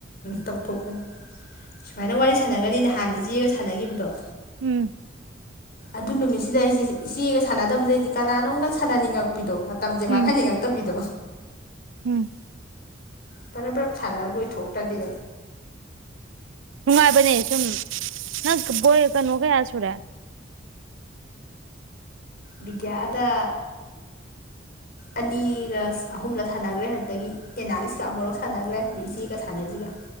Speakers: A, on the left; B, on the right.
A: ꯇꯧꯊꯣꯛꯄꯅꯤ ꯁꯨꯃꯥꯏꯅ ꯋꯥꯔꯤ ꯁꯥꯟꯅꯒ꯭ꯔꯗꯤ ꯅꯍꯥꯟ ꯏꯆꯦꯒ ꯁꯥꯟꯅꯈꯤꯕꯗꯣ
B: ꯎꯝ
A: ꯑꯗꯨ ꯅꯨꯃꯤꯠꯁꯤꯗ ꯑꯩꯁꯦ ꯏꯆꯦꯒ ꯁꯥꯟꯅꯗꯕꯗꯩꯗꯤ ꯀꯅꯥꯅꯣꯝꯒ ꯁꯥꯟꯅꯅꯤꯡꯉꯛꯄ ꯄꯤꯗꯣ ꯃꯇꯝꯁꯦ ꯃꯥꯡꯍꯟꯅꯤꯡꯉꯛꯇꯕꯤꯗꯣ
B: ꯎꯝ ꯎꯝ
A: ꯄꯔꯞ ꯄꯔꯞ ꯁꯥꯟꯅ ꯂꯣꯏꯊꯣꯛꯇ꯭ꯔꯗꯤ
B: ꯉꯥꯏꯕꯅꯦ ꯁꯨꯝ ꯅꯪꯪ ꯕꯣꯏ ꯀꯩꯅꯣ ꯀꯩꯌꯥ ꯁꯨꯔꯦ
A: ꯕꯤꯗ꯭ꯌꯥꯗ ꯑꯅꯤꯔ ꯑꯍꯨꯝꯂ ꯁꯥꯟꯅꯈ꯭ꯔꯦ ꯑꯗꯨꯗꯒꯤ ꯑꯦꯅꯥꯂꯤꯁꯀ ꯑꯃꯨꯔꯛ ꯁꯥꯟꯅꯈ꯭ꯔꯦ ꯏꯆꯦꯒ ꯁꯥꯟꯅꯩꯁꯤꯒ